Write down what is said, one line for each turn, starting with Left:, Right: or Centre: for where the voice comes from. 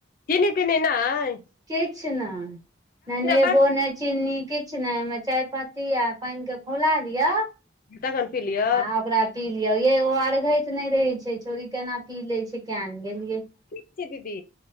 Left: चीनी तीनी नाय
Right: किछ नय ना नेबो
Left: बस
Right: नइ चीनी किछु ने मे चाय पत्ती आ पाइन के खौला लिअ
Left: तखन पी लियै
Right: आ ओकरा पी लियौ ये ओ अर्घैत नय रहै छै छोरी केना पी ले छै क्या ने गेलियै
Left: जी दीदी